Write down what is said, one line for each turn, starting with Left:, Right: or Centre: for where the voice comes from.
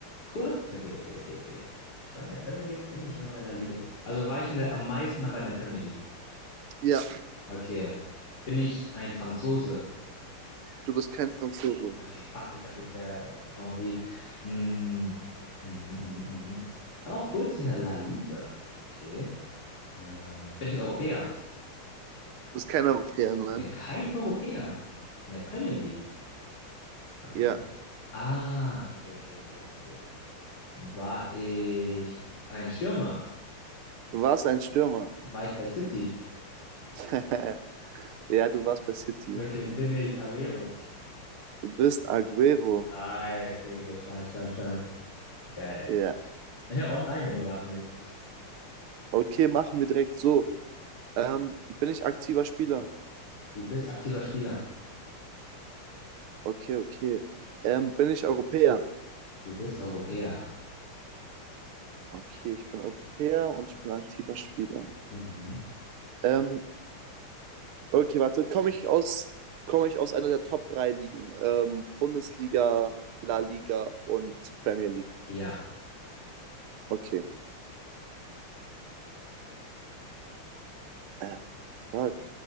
Left: Kurz? Okay, okay, okay, okay. Ich war in der Premier League und ich war in der La Liga. Also war ich in der, am meisten aber in der Premier League.
Right: Ja,
Left: Okay. Bin ich ein Franzose?
Right: du bist kein Franzose.
Left: Okay, fuck, ich dachte, ich wäre Henri. Hm, Mhm, mhm, mhm. mhm. Ich war auch kurz in der La Liga. Okay. Äh, bin ich Europäer?
Right: Du bist kein Europäer, nein.
Left: Ich bin kein Europäer in der Premier League. Okay.
Right: Ja.
Left: Ah, okay, okay, okay, okay. War ich ein Stürmer?
Right: Du warst ein Stürmer.
Left: War ich bei City?
Right: <laughs> ja, du warst bei City.
Left: Okay, bin ich Aguero.
Right: Du bist Agüero,
Left: Ah, ja, okay, okay, stark, stark, stark. Geil.
Right: Ja.
Left: Ich habe auch deinen, wenn du raten willst.
Right: Okay, machen wir direkt so. Ähm, bin ich aktiver Spieler?
Left: Du bist aktiver Spieler.
Right: Okay, okay. Ähm, bin ich Europäer?
Left: Du bist Europäer.
Right: Okay, ich bin Europäer und ich bin aktiver Spieler.
Left: Mhm.
Right: Ähm, okay, warte. Komme ich aus, komme ich aus einer der Top 3 Ligen? Ähm, Bundesliga, La Liga und Premier League.
Left: Ja.
Right: Okay. Äh, fuck.